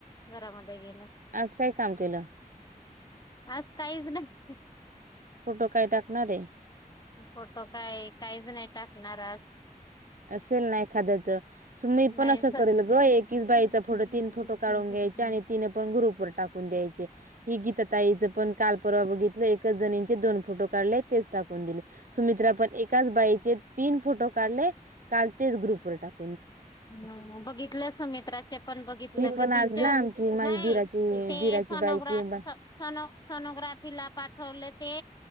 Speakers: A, on the left; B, on the right.
A: घरामध्ये
B: आज काय काम केलं
A: आज काहीच नाही.
B: फोटो काय टाकणार आहे
A: फोटो काही काहीच नाही टाकणार आज.
B: असेल नाही एखाद्याचं मी पण
A: नाही
B: असं ग एकच बाईचा फोटो तीन फोटो काढून घ्यायचे आणि तीन पण ग्रुप वर टाकून द्यायचे. गीता ताई च पण काल परवा बघितच जणीचे दोन फोटो काढले तेच टाून दिले सुमित्रा ण एकाच बाईचे तीन फोटो काढले काल तेच ग्रुप व टाकले
A: ह बघितलं सुमित्राचे पण बघितलं
B: मी
A: कधीच
B: पण आज ना आमची माझी
A: नाही
B: दिराची
A: ते
B: दिराची
A: सनोग्राफ
B: बायकी आहे बा
A: सनो सोनोग्राफि ला पाठवले ते